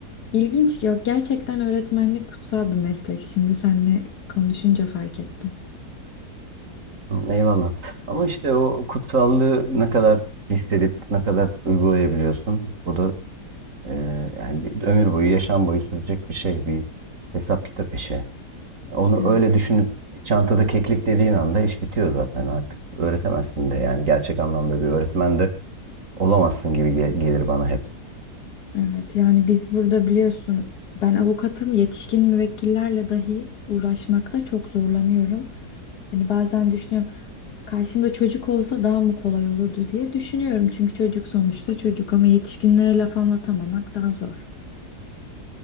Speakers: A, on the left (about 70°); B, on the right (about 50°).
A: ilginç. Yok gerçekten öğretmenlik kutsal bir meslek. Şimdi seninle konuşunca fark ettim.
B: Eyvallah. Ama işte o kutsallığı ne kadar hissedip ne kadar uygulayabiliyorsun. O da e, yani bir ömür boyu, yaşam boyu sürecek bir şey, bir hesap kitap işi. Onu
A: Evet.
B: öyle düşünüp çantada keklik dediğin anda iş bitiyor zaten artık. Öğretemezsin de yani gerçek anlamda bir öğretmen de olamazsın gibi gel- gelir bana hep.
A: Evet yani biz burada biliyorsun ben avukatım yetişkin müvekkillerle dahi uğraşmakta çok zorlanıyorum. Hani bazen düşünüyorum karşımda çocuk olsa daha mı kolay olurdu diye düşünüyorum. Çünkü çocuk sonuçta çocuk ama yetişkinlere laf anlatamamak daha zor.